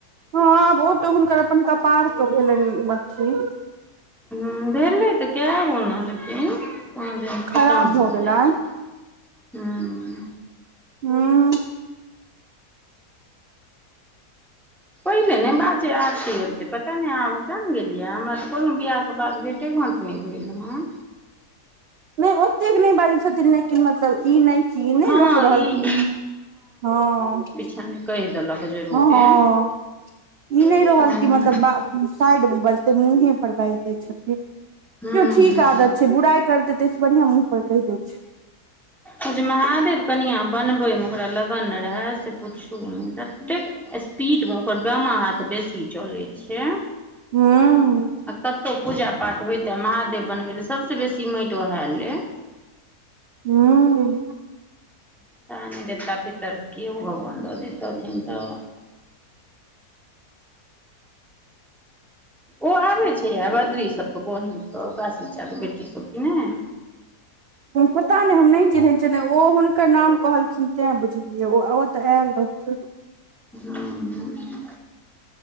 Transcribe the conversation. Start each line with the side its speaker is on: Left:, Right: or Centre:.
Right: हाँ आब ओ तऽ हुनकर अपन कपार के भेलनि अथि
Centre: हुँ भेलै तऽ कैगो ओना लेकिन पाँच दिन
Right: खराब
Centre: खतम भऽ
Right: गेलनि
Centre: जाए छैय। हुँ
Right: हुँ
Centre: पहने नहि बाजे आरती ओते पता नहि आब किये ने गेलियै हमरा तऽ कुनु बियाह के बाद भेट भेटे-गाट नहि भेल रहै
Right: नहि ओतेक नै बाजै छथिन लेकिन मतलब ई नहि की नहि
Centre: हँ
Right: लोक रहल
Centre: ई
Right: कि हाँ
Centre: कनि कहि देलक जरूरे
Right: हँ ई नहि
Centre: हूँ
Right: रहल कि मतलब बाप साइड मे बजतै मुंहे पर बाइज दै छथिन
Centre: हूँ
Right: तैओ ठीक आदत छ बुराई करतै तै सँ बढ़ियां मुँह पर कहि देै
Centre: ओ जे महादेव कनिआ बनबैमे ओकरा लगन रहै से पुछू नहि ततेक स्पीड मे ओकर बामा हाथ बेसी चलैत छै।
Right: हुँ
Centre: आ कतौहु पूजा पाठ होइ तऽ महादेव बनबै लऽ सबसे बेसी माटि वएह लेए।
Right: हुँ।
Centre: पता नहि देवता- पितर कीओ भगवान दऽ देैतथिन तऽ। ओ आबै छैय आब, बद्री सभके बहिन सभ काशी चच्चा के बेटी सभ कि नहि।
Right: पता नहि हम नहि चिन्है छिऐन ओ हुनकर नाम कहलखिन तैं बुझलिऐ ओ तऽ आएल रहथीन।
Centre: हुँ,